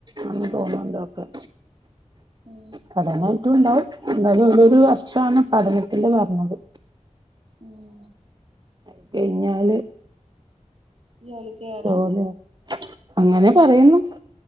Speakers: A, on the right; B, on the right.
A: ആന്ന് തോന്ന്ണ്ട് ഒക്കെ.
B: ഉം.
A: പഠനായിട്ടും ഇണ്ടാവും. എന്തായാലും ഓലൊരു വർഷാണ് പഠനത്തില് പറഞ്ഞത്.
B: ഉം
A: അത് കഴിഞ്ഞാല്
B: ജോലിക്ക് കേറാ
A: പോവലാ അങ്ങനെ പറയുന്നു